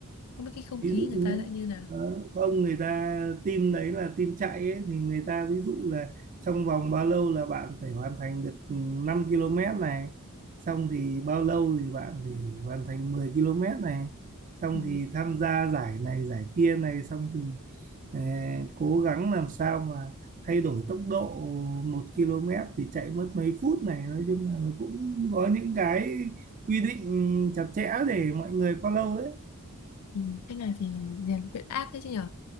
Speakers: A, on the left; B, on the right.
A: không biết cái không
B: ví
A: khí
B: dụ
A: người
B: nhé
A: ta lại như nào
B: đó, ông người ta team đấy là team chạy ấy, thì người ta ví dụ là trong vòng bao lâu là bạn phải hoàn thành được 5 km này xong thì bao lâu thì bạn phải hoàn thành 10 km này xong
A: ừ.
B: thì tham gia giải này giải kia này xong thì ờ, cố gắng làm sao mà thay đổi tốc độ 1 km thì chạy mất mấy phút này nói chung là cũng có những cái quy định chặt chẽ để mọi người follow đấy
A: Ừ, thế này thì rèn luyện ác đấy chứ nhở